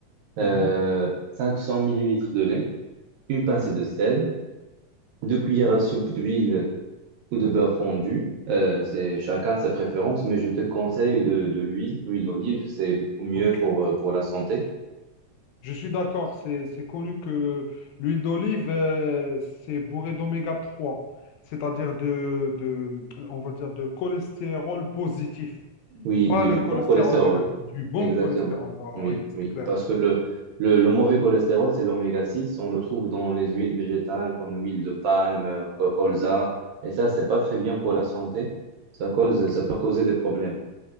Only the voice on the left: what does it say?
Mhm.
Mhm.
Ok.
Je suis d'accord, c'est c'est connu que l'huile d'olive, euh, c'est bourré d'oméga trois, c'est-à-dire de, de, on va dire, de cholestérol positif,
pas
le
cholestérol
négatif, du bon
cholestérol, voilà,
oui, c'est
clair.
Ok,